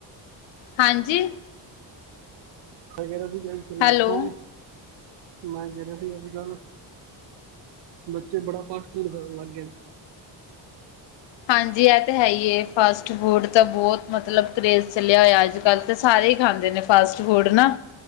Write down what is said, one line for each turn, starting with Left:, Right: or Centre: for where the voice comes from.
Left: ਹਾਂਜੀ
Right: ਵਗੈਰਾ ਵੀ ਜਾਚ ਕਰਕੇ
Left: ਹੈਲੋ
Right: ਵੇਖੋ ਮੈਂ ਜਿਨਾਂ ਦੀ ਗੱਲ ਬੱਚੇ ਬੜਾ ਫਾਸਟ ਫੂਡ ਖਾਣ ਲੱਗ ਗਏ ਨੇ
Left: ਹਾਂਜੀ ਇਹ ਤਾਂ ਹੈ ਹੀ ਹੈ ਫਾਸਟ ਫੂਡ ਤਾਂ ਬਹੁਤ ਮਤਲਬ ਕਰੇਜ਼ ਚਲਿਆ ਹੋਇਆ ਅੱਜ ਕੱਲ੍ਹ ਤਾਂ ਸਾਰੇ ਹੀ ਖਾਂਦੇ ਨੇ ਫਾਸਟ ਫੂਡ ਨਾ